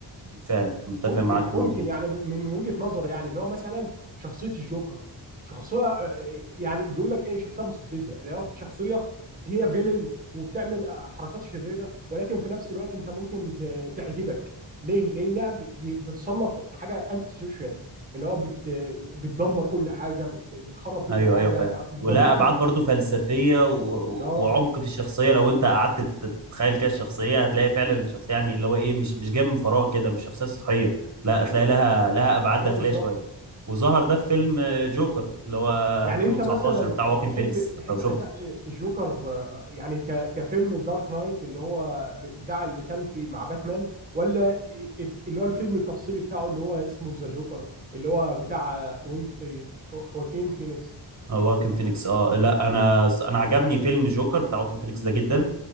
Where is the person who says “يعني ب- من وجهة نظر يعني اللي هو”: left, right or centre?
Right